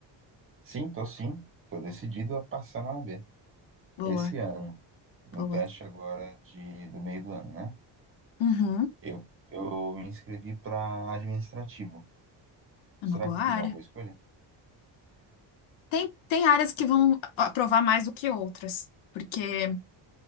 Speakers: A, on the right; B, on the left.
A: sim, tô sim. Tô decidido a passar na O A B
B: Boa,
A: esse ano, no
B: boa.
A: teste agora de, do meio do ano, né?
B: Uhum,
A: Eu, eu me inscrevi para administrativo.
B: é
A: Será
B: uma boa
A: que eu
B: área.
A: fiz uma boa escolha?
B: Tem, tem áreas que vão a- aprovar mais do que outras, porque